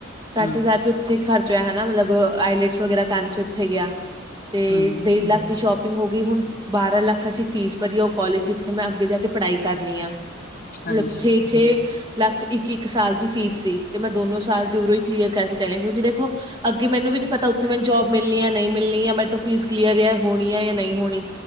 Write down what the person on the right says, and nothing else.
ਸੱਠ
ਹਜ਼ਾਰ ਰੁਪਏ ਉੱਥੇ ਖਰਚ ਹੋਇਆ ਹਨਾ ਮਤਲਬ ਆਈਲੈਟਸ ਵਗੈਰਾ ਕਰਨ ਚ ਉੱਥੇ ਗਿਆ। ਤੇ
ਡੇਢ ਲੱਖ ਦੀ ਸ਼ੋਪਿੰਗ ਹੋ ਗਈ, ਹੁਣ। ਬਾਰਾਂ ਲੱਖ ਅਸੀਂ ਫੀਸ ਭਰੀ ਏ ਉਹ ਕਾਲਜ ਜਿੱਥੇ ਮੈਂ ਅੱਗੇ ਜਾ ਕੇ ਪੜ੍ਹਾਈ ਕਰਨੀ ਆ।
ਮਤਲਬ ਛੇ-ਛੇ। ਲੱਖ ਇੱਕ-ਇੱਕ ਸਾਲ ਦੀ ਫੀਸ ਸੀ ਤੇ ਮੈਂ ਦੋਨੋ ਸਾਲ ਦੀ ਉਰੋਂ ਹੀ ਕਲੀਅਰ ਕਰਕੇ ਚੱਲਿਆ ਕਿਉਂਕਿ ਦੇਖੋ ਅੱਗੇ ਮੈਨੂੰ ਵੀ ਨੀ ਪਤਾ ਉੱਥੇ ਮੈਨੂੰ ਜੋਬ ਮਿਲਣੀ ਐ ਨੀ ਮਿਲਣੀ ਐ ਮੇਰੇ ਤੋ ਫੀਸ ਕਲੀਅਰ ਆ, ਹੋਣੀ ਆ ਜਾਂ ਨਈ ਹੋਣੀ